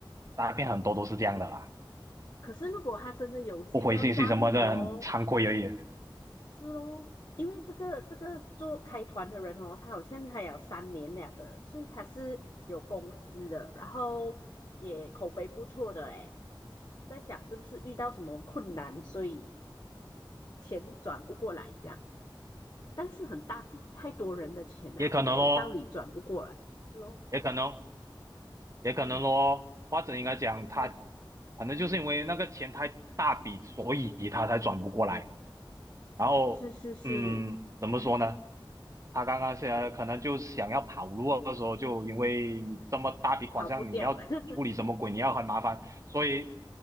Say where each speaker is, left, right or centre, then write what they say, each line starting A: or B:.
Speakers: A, on the right; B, on the left.
A: 诈骗很多都是这样的啦，
B: 可是如果他真的有心要诈骗哦，
A: 不回信息什么的很惭愧而已。
B: 是咯，因为这个这个做开团的人哦，他好像开有三年了的，所以他是有公司的，然后也口碑不错的诶，在想是不是遇到什么困难，所以钱转不过来这样，但是很大笔，太多人的钱了，
A: 也可能咯，
B: 没有道理转不过来，是哦，
A: 也可能，也可能咯，
B: 嗯，
A: 或者应该讲他，
B: <laughs>
A: 反正就是因为那个钱太大笔，所以他才转不过来。然后，
B: 是是是，
A: 嗯，怎么说呢？他刚刚现在可能就想要跑路的时候，就因为你这么大笔款项，
B: 逃不掉了，
A: 你要处理什么鬼，
B: <laughs>
A: 你要很麻烦，所以